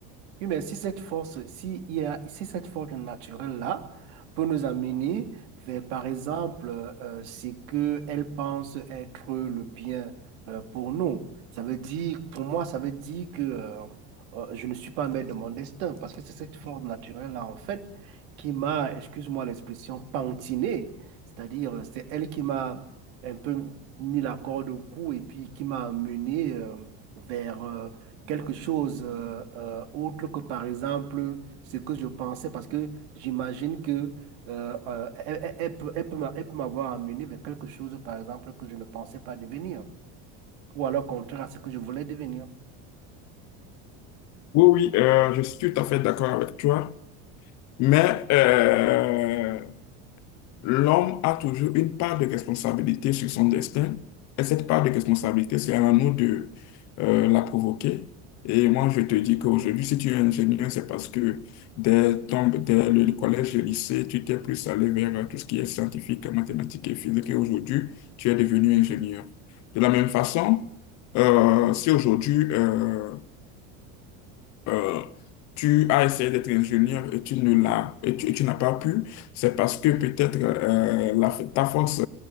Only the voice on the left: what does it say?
Oui, oui, euh, je suis tout à fait d'accord avec toi. Mais euh, L'homme a toujours une part de responsabilité sur son destin, et cette part de responsabilité, c'est à nous de euh, la provoquer. Et moi, je te dis qu'aujourd'hui, si tu es ingénieur, c'est parce que dès, ton- dès le collège et le lycée, tu t'es plus allé vers euh, tout ce qui est scientifique, mathématiques et physique, et aujourd'hui, tu es devenu ingénieur. De la même façon, euh, si aujourd'hui, euh, euh, tu as essayé d'être ingénieur et tu ne l'as et tu, et tu n'as pas pu, c'est parce que peut-être euh, la, ta force,